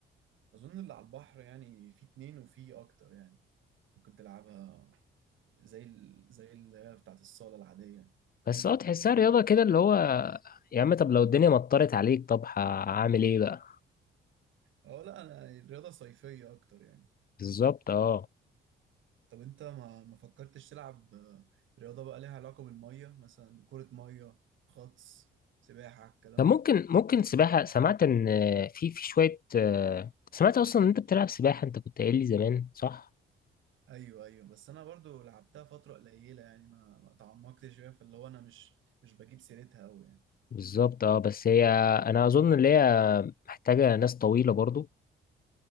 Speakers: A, on the right; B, on the left.
A: اظن اللي على البحر يعني في اتنين وفي اكتر يعني ممكن تلعبها زي ال... زي اللي هي بتاعت الصالة العادية
B: بس اه تحسها رياضة كده اللي هو يا عم طب لو الدنيا مطرت عليك طب هعمل ايه بقى
A: اه لا انا الرياضة صيفية اكتر يعني
B: بالظبط اه
A: طب انت ما ما فكرتش تلعب آه، رياضة بقى ليها علاقة بالمية مثلا كرة مية غطس سباحة الكلام
B: طب ممكن
A: ده
B: ممكن سباحة سمعت ان في في شوية آه، سمعت اصلا ان انت بتلعب سباحة انت كنت قايل لي زمان صح
A: ايوه ايوه بس انا برضو لعبتها فترة قليلة يعني ما ما تعمقتش فيها فاللي هو انا مش مش بجيب سيرتها قوي يعني
B: بالظبط اه بس هي انا اظن ان هي محتاجة ناس طويلة برضو